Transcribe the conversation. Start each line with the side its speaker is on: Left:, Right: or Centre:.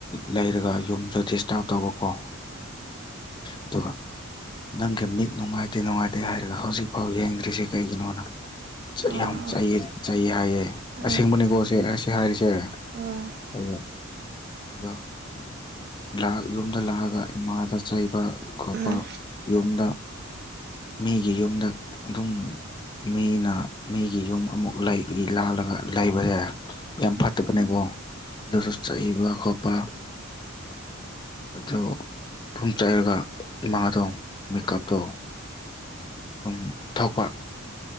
Left: ꯂꯩꯔꯒ ꯌꯨꯝꯁꯨ ꯗꯤꯁꯇꯥꯔꯕ ꯇꯧꯕꯀꯣ ꯑꯗꯨꯒ ꯅꯪꯒꯤ ꯃꯤꯠ ꯅꯨꯡꯉꯥꯏꯇꯦ ꯅꯨꯡꯉꯥꯏꯇꯦ ꯍꯥꯏꯔꯒ ꯍꯧꯖꯤꯛꯐꯥꯎ ꯌꯦꯡꯗ꯭ꯔꯤꯁꯦ ꯀꯩꯒꯤꯅꯣꯅ ꯆꯩ
Right: ꯑꯥ
Left: ꯌꯥꯝ ꯆꯥꯏꯌꯦꯗꯤ ꯆꯩꯌꯦ ꯍꯥꯏꯌꯦ
Right: ꯎꯝ
Left: ꯑꯁꯦꯡꯕꯅꯤꯀꯣ ꯁꯤ ꯑꯁꯤ ꯍꯥꯏꯔꯤꯁꯦ
Right: ꯑꯥ ꯎꯝ
Left: ꯑꯗꯨ ꯑꯗꯣ ꯌꯨꯝꯗ ꯂꯥꯛꯑꯒ ꯏꯃꯥꯗ ꯆꯩꯕ ꯈꯣꯠꯕ
Right: ꯎꯝ
Left: ꯌꯨꯝꯗ ꯃꯤꯒꯤ ꯌꯨꯝꯗ ꯑꯗꯨꯝ ꯃꯤꯅ ꯃꯤꯒꯤ ꯌꯨꯝ ꯑꯃꯨꯛ ꯂꯥꯜꯂꯒ ꯂꯩꯕꯁꯦ ꯌꯥꯝ ꯐꯠꯇꯕꯅꯦꯀꯣ
Right: ꯎꯝ ꯎꯝ ꯎꯝ ꯎꯝ
Left: ꯑꯗꯨꯁꯨ ꯆꯩꯕ ꯈꯣꯠꯄ ꯑꯗꯨ ꯐꯨꯝ ꯆꯥꯏꯔꯒ ꯏꯃꯥꯗꯣ ꯃꯦꯀꯞꯇꯣ ꯑꯗꯨꯝ ꯊꯣꯛꯄ